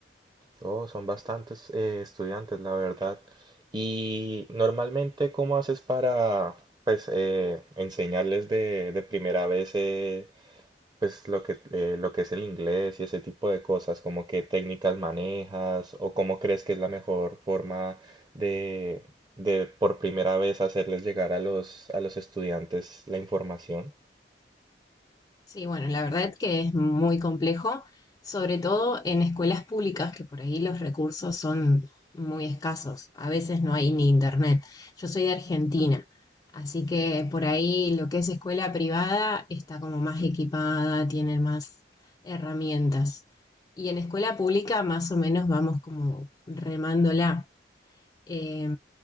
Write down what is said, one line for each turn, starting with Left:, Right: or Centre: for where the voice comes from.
Right: Oh, son bastantes eh, estudiantes, la verdad. Y normalmente, ¿cómo haces para, pues, eh, enseñarles de, de primera vez, eh, pues, lo que, eh, lo que es el inglés y ese tipo de cosas? como qué técnicas manejas o cómo crees que es la mejor forma de, de por primera vez hacerles llegar a los, a los estudiantes la información?
Left: Sí, bueno, la verdad es que es muy complejo, sobre todo en escuelas públicas, que por ahí los recursos son muy escasos. A veces no hay ni internet. Yo soy de Argentina, así que por ahí lo que es escuela privada está como más equipada, tiene más herramientas. Y en escuela pública más o menos vamos como remándola. Eh,